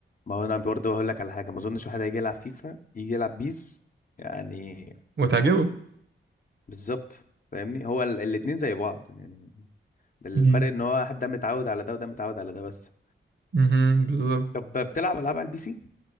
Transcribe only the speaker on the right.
وتعجبه
مم.
امم بالظبط